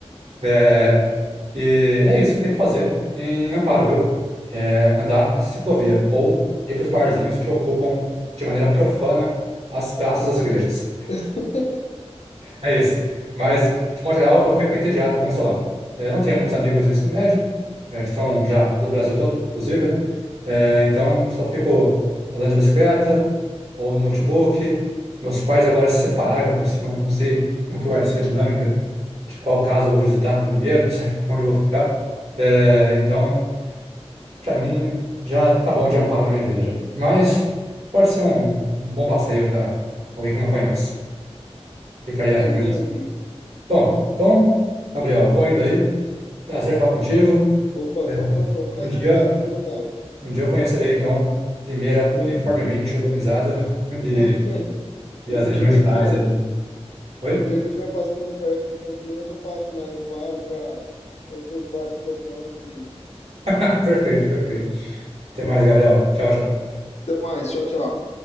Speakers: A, on the right; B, on the left.
A: É, e é isso que tem para fazer em Amparo, viu? É andar nessa ciclovia ou ir para os barzinhos que ocupam de maneira profana as praças das igrejas.
B: <laughs>
A: É isso. Mas, de modo geral, eu fico entediado quando estou lá. É, não tenho muitos amigos do ensino médio, é, estão já pelo Brasil todo, inclusive, né? É, então, eu só fico andando de bicicleta ou no notebook. Meus pais agora se separaram ainda por cima, não sei como que vai ser a dinâmica, de qual casa eu vou visitar primeiro, <laughs> onde eu vou ficar. É, então, para mim, já tá bom de amparo na minha vida já. Mas pode ser um um bom passeio para alguém que não conhece. Fica aí a recomendação.
B: Entendi.
A: Bom, então, Gabriel, vou indo aí. Prazer falar contigo.
B: Opa,
A: É,
B: falou. Foi um prazer
A: Um dia,
B: falar contigo, Otávio.
A: um dia eu conhecerei, então, Limeira uniformemente urbanizada <laughs> e,
B: <laughs>
A: e
B: Um
A: as regiões
B: dia
A: rurais
B: que eu
A: ali. Oi?
B: Um dia que eu estiver passando perto de Campinas, eu passo lá em Amparo para conhecer os bares profanos que.
A: <laughs> Perfeito, perfeito. Até mais, Gabriel. Tchau, tchau.
B: Até mais. Tchau, tchau.